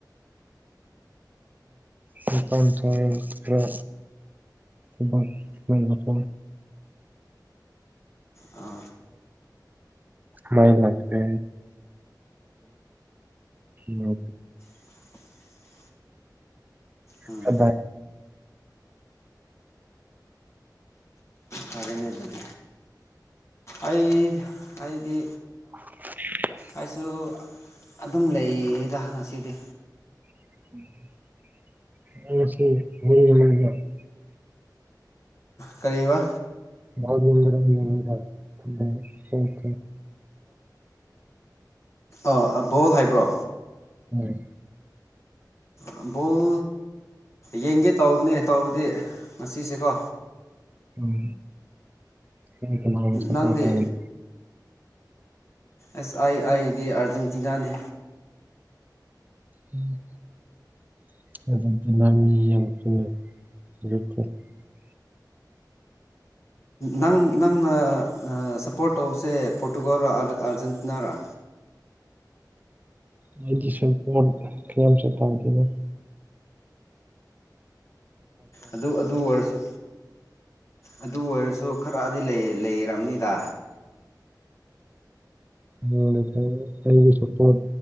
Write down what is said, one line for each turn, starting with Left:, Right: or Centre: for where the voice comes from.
Right: ꯑ ꯃꯄꯥꯟ ꯊꯣꯛꯑꯦꯄ꯭ꯔ ꯊꯕꯛ ꯂꯩꯕꯀꯣ
Left: ꯑ
Right: ꯃꯩ ꯂꯥꯛꯇꯦ <unintelligible>
Left: <inaudible> ꯎꯝ
Right: ꯀꯗꯥꯏ
Left: ꯐꯔꯦꯅꯦ ꯑꯗꯨꯗꯤ ꯑꯩ ꯑꯩꯗꯤ
Right: <inaudible>
Left: ꯑꯩꯁꯨ ꯑꯗꯨꯝ ꯂꯩꯌꯤꯗ ꯉꯁꯤꯗꯤ
Right: <unintelligible>
Left: ꯀꯔꯤꯑꯕ
Right: <unintelligible>
Left: ꯑ ꯑꯕꯣꯜ ꯍꯥꯏꯕ꯭ꯔꯣ
Right: ꯍꯣꯢ
Left: ꯑ ꯕꯣꯜ ꯌꯦꯡꯒꯦ ꯇꯧꯕꯅꯦ ꯇꯧꯕꯗꯤ ꯉꯁꯤꯁꯦꯀꯣ
Right: ꯎꯝ ꯅꯪ ꯀꯥꯅꯗ ꯁꯞꯄꯣꯔꯠ
Left: ꯅꯪꯗꯤ
Right: ꯇꯧꯒꯅꯤ
Left: ꯑꯦꯁ ꯑꯥꯏ ꯑꯥꯢꯗꯤ ꯑꯥꯔꯖꯦꯟꯇꯤꯅꯥꯅꯦ
Right: ꯎꯝ <unintelligible>
Left: ꯅꯪ ꯅꯪꯅ ꯁꯞꯄꯣꯔꯠ ꯇꯧꯕꯁꯦ ꯄꯣꯔꯇꯨꯒꯜꯔ ꯑꯥꯔꯖꯦꯟꯇꯤꯅꯥꯔ
Right: ꯑꯩꯗꯤ ꯁꯦꯟꯄꯣꯟ ꯈꯔ ꯌꯥꯝ <unintelligible>
Left: ꯑꯗꯨ ꯑꯗꯨ ꯑꯣꯏꯔꯁꯨ ꯑꯗꯨ ꯑꯣꯏꯔꯁꯨ ꯈꯔꯗꯤ ꯂꯩ ꯂꯩꯔꯝꯅꯤꯗ
Right: <unintelligible> ꯑꯩꯒꯤ ꯁꯞꯄꯣꯠ